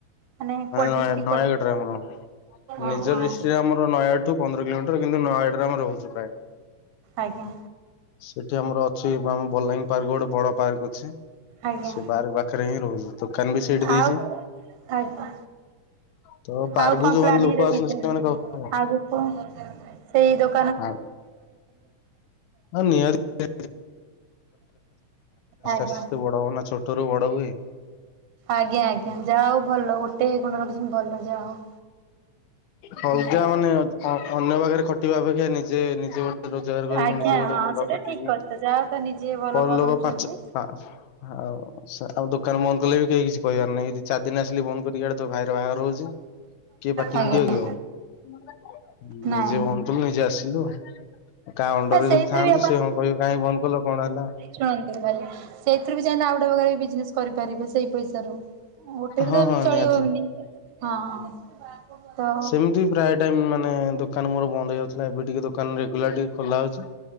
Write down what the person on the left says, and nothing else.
ନୟା
ନୟାଗଡ଼ରେ
ଆମର
ନିଜ ଡିଷ୍ଟ୍ରିକ୍ଟ ଆମର ନୟାଗଡ଼ଠୁ ପନ୍ଦର କିଲୋମିଟର କିନ୍ତୁ ନୟାଡରେ ଆମ ରହୁଚୁ ପ୍ରାୟ।
ସେଠି ଆମର ଅଛି ମାନେ ବଲାଙ୍ଗୀ ପାର୍କ ଗୋଟେ ବଡ ପାର୍କ ଅଛି।
ସେ ପାର୍କ ପାଖରେ ହିଁ ରହୁଚୁ। ଦୋକାନ ବି ସେଇଠି ଦେଇଚି।
ତ ପାର୍କକୁ
ଯୋଉମାନେ
ଲୋକ
ଆସନ୍ତି ସେମାନେ ଖାଉଛନ୍ତି
ହଁ। ନିୟ ଆସ୍ତେ
ଆସ୍ତେେ ବଡ ହବନା ଛୋଟରୁୁ ବଡ଼ ହୁଏ <unintelligible>
ହଳଦା
ମାନେ ଅନ୍ୟ ପାଖରେ ଖଟିବା ଅପେକ୍ଷା ନେଇଛି <unintelligible> ନିଜେ ନିଜ ଗୋଟେ ରୋଜଗାର କରିବୁ।
ନିଜେ ଗୋଟେ
ମୁଣ୍ଡ
ଖଟିବୁନି।
ପରଲୋକ
ପାଞ୍ଚ ହ ଆଉ ଆଉ ସ ଦୋକାନ ବନ୍ଦ କଲେ ବି କେହି କିଛି କହିବାର ନାହିଁ। ଚାରି ଦିନ ଆସିଲି ବନ୍ଦ ଆଡେୋ ଭାଇର ବାହାର ହହୁଛି <unintelligible> କିଏ ପାଟି
ଫାଟି କରିବ <unintelligible> ଆଉ
ନିଜେ ଭଞ୍ଚଥିଲୁ ନିଜେ ଆସିଲୁ ଆ କାହା ଅଣ୍ଡରେ
ଯଦି ଥାଆନ୍ତୁ,
ସେ ହଁ କହିବ କାହିଁ ବନ୍ଦ କଲ କଣ ହେଲା?
ହଁ
ହଁ
ନିହାତି
ସେମିତି ପ୍ରାୟ ଟାଇମ ମାନେ ଦୋକାନ ମୋର ବନ୍ଦ ହେଇଯାଉଥିଲା। ଏବେ ଟିକେ ଦୋକାନ ରେଗୁଲାର ଟିକେ ଖୋଲା ହଉଚି।